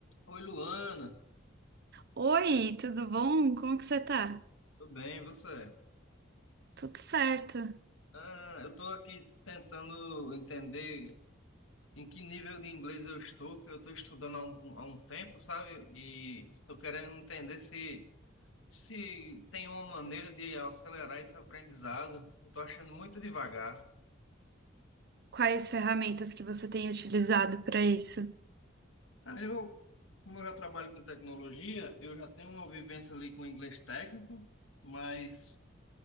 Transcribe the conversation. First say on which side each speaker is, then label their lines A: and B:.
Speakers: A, on the left; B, on the right.
A: Oi, Luana.
B: Oi, tudo bom? Como que você tá?
A: Tudo bem, e você?
B: Tudo certo.
A: Ah, eu estou aqui tentando entender em que nível de inglês eu estou, que eu estou estudando há um, bom- há um tempo, sabe? E estou querendo entender se, se tem uma maneira de acelerar esse aprendizado. Eu estou achando muito devagar.
B: Quais ferramentas que você tem utilizado para isso?
A: Ah, Eu, como eu já trabalho com tecnologia, eu já tenho uma vivência ali com inglês técnico, mas.